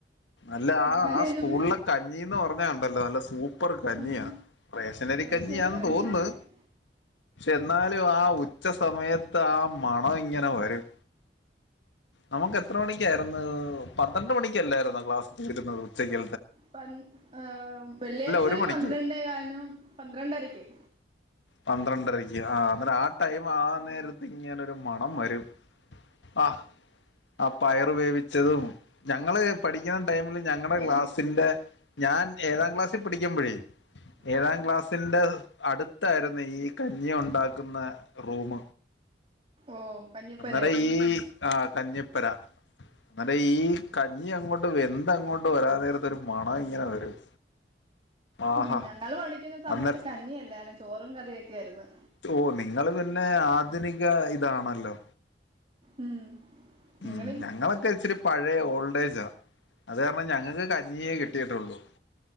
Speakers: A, on the left (about 85°); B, on the right (about 30°).
A: അല്ല ആ
B: അതിന്
A: ആ
B: ശേഷം
A: സ്കൂളിലെ
B: പിന്നെ
A: കഞ്ഞിന്ന് പറ ണ്ടല്ലോ നല്ല സൂപ്പ പ്പർ കഞ്ഞിയ
B: ഉം
A: വെ റേഷനരി
B: റേഷൻ
A: കഞ്ഞി
B: അരിയുടെ
A: ആന്ന്
B: കഞ്ഞിയില്ലേ
A: തോന്നുന്നു എന്നാലും ആ ഉച്ച സമയത്ത് ആ മണം ഇങ്ങനെ വരും നമുക്ക് എത്ര മണിക്കായിരുന്നു പന്ത്രണ്ട് മണിക്കല്ലായിരുന്നോ ക്ലാസ് തീരുന്നത് ഉച്ചക്ക്
B: പ ഏ വെള്ളിയാഴ്ചകളില്
A: ഒരു മണിക്ക്
B: പന്ത്രണ്ടേ കാലിനും പന്ത്രണ്ടരക്കും
A: പന്ത്രണ്ടരക്ക് ആ അ ആ ടൈം ആന്ന ഇങ്ങനോരു മണം വരും ആ ആ പയറ് വേവിച്ചതും ഞങ്ങള് പഠിക്കുന്ന ടൈമില് ഞങ്ങളുടെ
B: ഞങ്ങ
A: ക്ലാസ്സിന്റെ ഞാൻ ഏഴാം ക്ലാസ്സിൽ പഠിക്കുമ്പോഴേ ഏഴാം
B: ആഹ്
A: ക്ലാസ് ക്ലാസ്സിന്റെ അടുത്തായിരുന്നു ഈ കഞ്ഞി ഉണ്ടാക്കുന്ന റൂം
B: ഓഹ് കഞ്ഞിപ്പരയോ
A: അന്നേരം ഈ ആ കഞ്ഞി പര അന്നേരാ ഈ കഞ്ഞി അങ്ങോട്ട് വെന്ത അങ്ങോട്ട് വരാ നേരത്ത ഒരു മണ ഇങ്ങനെ വരും ആഹാ
B: ഉം ഞങ്ങൾ പഠിക്കുന്ന സമയത്ത്
A: അന്നേരം
B: കന്ഞ്ഞിയല്ലാർന്ന് ചോറും കറിയൊക്കെ ആയിരുന്നു
A: ഓ നിങ്ങൾ പിന്നെ ആധുനിക ഇതാണല്ലോ
B: ഉം
A: ഉം
B: നിങ്ങള്
A: ഞങ്ങളൊക്കെ ഇച്ചിരി പഴയ ഓൾഡ് ഏജാ അത് കാരണം ഞങ്ങൾക്ക് കഞ്ഞിയേ കിട്ടിയിട്ടുള്ളൂ